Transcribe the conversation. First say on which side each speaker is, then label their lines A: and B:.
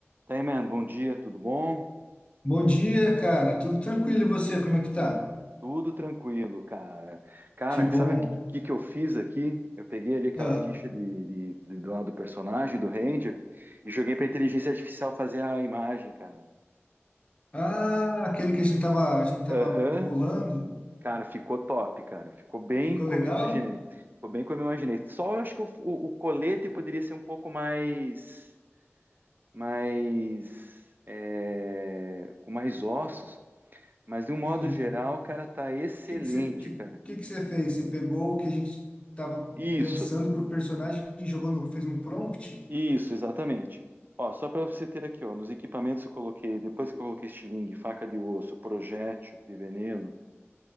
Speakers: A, on the right (about 45°); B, on the left (about 25°).
A: Tá aí, man, bom dia, tudo bom?
B: Bom dia, cara. Tudo tranquilo e você? Como é que tá?
A: Tudo tranquilo, cara. Cara,
B: Que bom.
A: sabe o que, que eu fiz aqui? Eu peguei ali aquela
B: Ah,
A: ficha de, de, de- do lado do personagem, do Ranger, e joguei pra inteligência artificial fazer a imagem, cara.
B: ah, aquele que a gente tava, a gente tava
A: Aham,
B: bolando,
A: Cara, ficou top, cara. Ficou bem
B: ficou
A: como
B: legal?
A: eu imaginei. Ficou bem como eu imaginei. Só acho que o, o, o colete poderia ser um pouco mais, mais, é, com mais ossos, mas de um modo
B: Sim.
A: geral,
B: O
A: cara, tá excelente,
B: que que você, que,
A: cara.
B: que que você fez? Você pegou o que a gente tava
A: Isso.
B: pensando pro personagem e jogou no, fez um prompt?
A: Isso, exatamente. Ó, só para você ter aqui, ó, nos equipamentos eu coloquei, depois que eu coloquei estilingue, faca de osso, projétil de veneno,